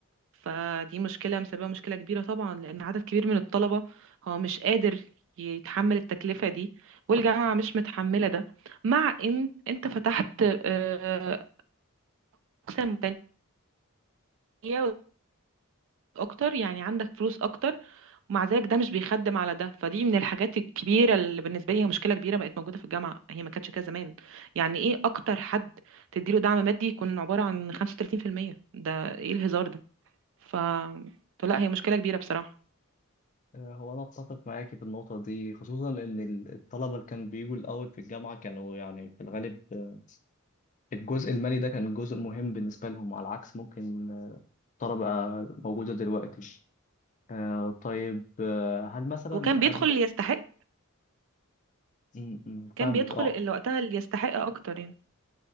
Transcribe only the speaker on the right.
فدي مشكلة مسببة مشكلة كبيرة طبعا لان عدد كبير من الطلبة هو مش قادر يتحمل التكلفة دي والجامعة مش متحملة ده مع ان انت فتحت آه، اقسام تانية اكتر يعني عندك فلوس اكتر ومع ذلك ده مش بيخدم على ده فدي من الحاجات الكبيره اللي بالنسبه لي هي مشكله كبيره بقت موجوده في الجامعه هي ما كانتش كده زمان يعني ايه اكتر حد تديله دعم مادي يكون عباره عن 35% ده ايه الهزار ده ف فلا هي مشكله كبيره بصراحه
وكان بيدخل
اللي يستحق
كان بيدخل
اللي وقتها اللي يستحق اكتر يعني